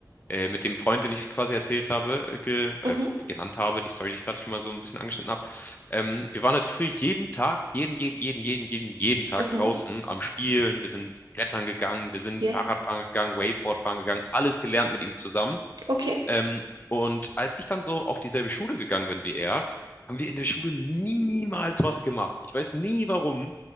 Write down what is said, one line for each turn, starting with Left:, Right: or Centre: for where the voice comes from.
Left: äh, mit dem Freund, den ich quasi erzählt habe, äh, ge, äh,
Right: mhm,
Left: genannt habe, die Story, die ich gerade schon mal so ein bisschen angeschnitten habe. Ähm, wir waren halt früher jeden Tag, jeden, jeden, jeden, jeden, jeden, jeden Tag
Right: mhm,
Left: draußen am Spielen. Wir sind klettern gegangen, wir sind
Right: ja,
Left: Fahrradfahren gegangen, Waveboard fahren gegangen, alles gelernt mit ihm zusammen.
Right: okay,
Left: Ähm, und als ich dann so auf dieselbe Schule gegangen bin wie er, haben wir in der Schule niemals was gemacht. Ich weiß nie warum,